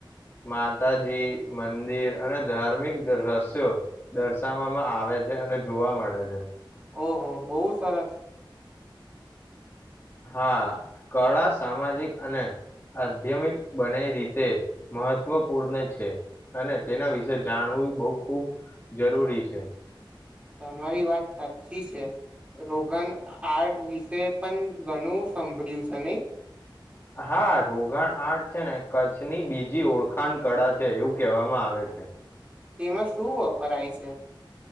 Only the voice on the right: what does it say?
ઓહો! બહુ સરસ
તમારી વાત સાચી છે રોગન આર્ઠ વિશે પણ ઘણું સાંભળ્યું છે નહી?
તેમાં શું વપરાય છે.